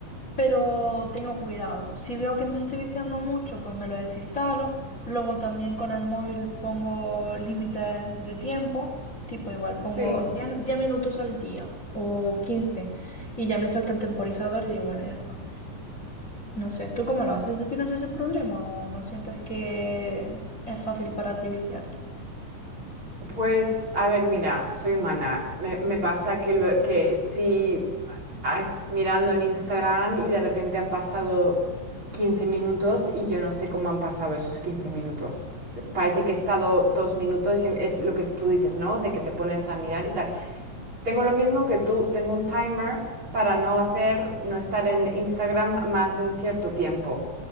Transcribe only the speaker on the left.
pero tengo cuidado. Si veo que me estoy viciando mucho, pues me lo desinstalo. Luego también con el móvil pongo límites de tiempo, tipo igual pongo
10 10 minutos al día o quince y ya me salta el temporizador y digo, bueno, ya está. No sé, ¿tú cómo lo haces? ¿Tú tienes ese problema o no sientes que es fácil para ti viciarte?